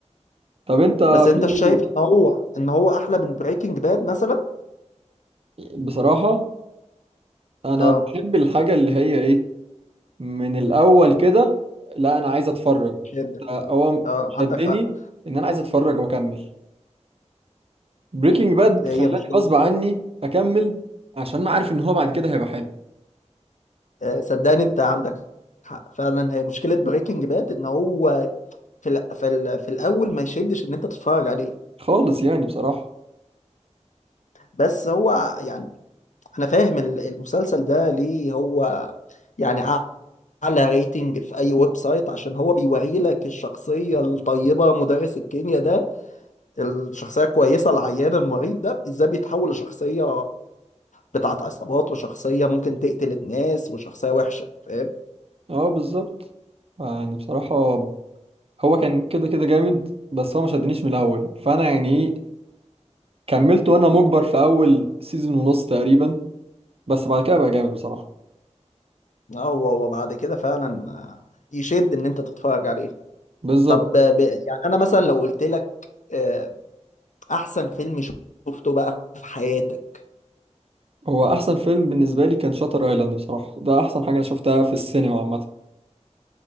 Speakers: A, on the right; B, on the left.
A: طب انت
B: بس انت
A: في
B: شايف ان هو ان هو احلى من بريكنج باد مثلا
A: بصراحة أنا
B: اه
A: بحب الحاجة اللي هي إيه من الأول كده لا أنا عايز أتفرج
B: جدا
A: هو
B: اه
A: شدني
B: عندك حق
A: إن أنا عايز أتفرج وأكمل بريكنج باد
B: هي
A: خلاني
B: مشكلة
A: غصب عني أكمل عشان أنا عارف إن هو بعد كده هيبقى حلو
B: آه، صدقني انت عندك حق فعلا هي مشكلة بريكنج باد ان هو في ال في ال في الاول ما يشدش ان انت تتفرج عليه
A: خالص يعني بصراحة
B: بس هو يعني انا فاهم ال- المسلسل ده ليه هو يعني اعلى ريتنج في اي ويب سايت عشان هو بيوري لك الشخصية الطيبة مدرس الكيمياء ده الشخصية الكويسة العيان المريض ده ازاي بيتحول لشخصية بتاعت عصابات وشخصية ممكن تقتل الناس وشخصية وحشة فاهم؟
A: أه بالظبط يعني بصراحة هو كان كده كده جامد بس هو ما شدنيش من الأول فأنا يعني إيه كملت وأنا مجبر في أول سيزون ونص تقريبا بس بعد كده بقى جامد بصراحة
B: آه، هو وبعد كده فعلا آه، يشد ان انت تتفرج عليه
A: بالظبط
B: طب آه، ب... يعني انا مثلا لو قلت لك آه، احسن فيلم شفته بقى في حياتك
A: هو احسن فيلم بالنسبه لي كان شاتر ايلاند بصراحه ده احسن حاجه انا شفتها في السينما عامه